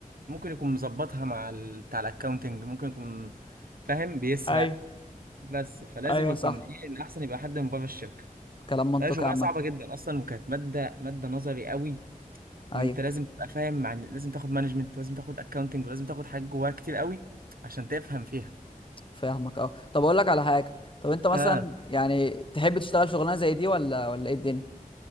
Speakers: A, on the right; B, on the left.
A: ممكن يكون مظبطها مع ال... بتاع الاكونتنج ممكن يكون فاهم بيسرق
B: ايوه
A: بس فلازم
B: ايوه
A: يكون
B: صح
A: ايه الاحسن يبقى حد من بره الشركه
B: كلام منطقي
A: هي شغلانه
B: عامة
A: صعبه جدا اصلا وكانت ماده ماده نظري قوي وانت
B: ايوه
A: لازم تبقى فاهم مع إن لازم تاخد مانجمنت لازم تاخد اكونتنج ولازم تاخد حاجات جواها كتير قوي عشان تفهم فيها
B: فاهمك اه طب اقول لك على حاجة طب انت مثلا
A: اه
B: يعني تحب تشتغل شغلانة زي دي ولا ولا ايه الدنيا